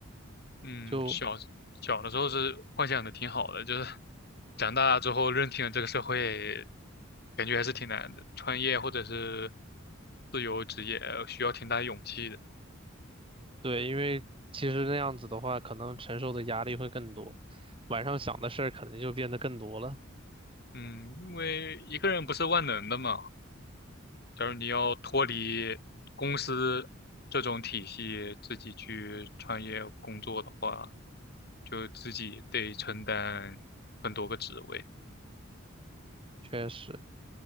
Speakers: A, on the left; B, on the right.
A: 嗯，
B: 就
A: 小小的时候是幻想的挺好的，就是长大之后认清了这个社会，感觉还是挺难的。创业或者是自由职业，需要挺大勇气的。
B: 对，因为其实那样子的话，可能承受的压力会更多，晚上想的事儿可能就变得更多了。
A: 嗯，因为一个人不是万能的嘛。假如你要脱离公司这种体系，自己去创业工作的话，就自己得承担很多个职位。
B: 确实，